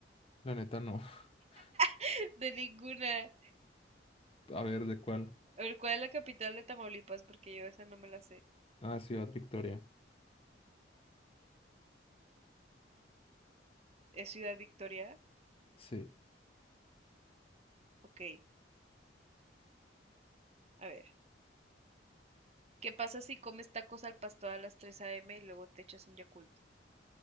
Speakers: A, on the left; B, on the right.
A: La neta no. <laughs>
B: <laughs> de ninguna?
A: A ver, ¿de cuál?
B: A ver, ¿cuál es la capital de Tamaulipas? Porque yo esa no me la sé.
A: Ah, Ciudad Victoria.
B: ¿Es Ciudad Victoria?
A: Sí,
B: Ok, a ver. ¿Qué pasa si comes tacos al pastor a las 3 a.m. y luego te echas un Yakult?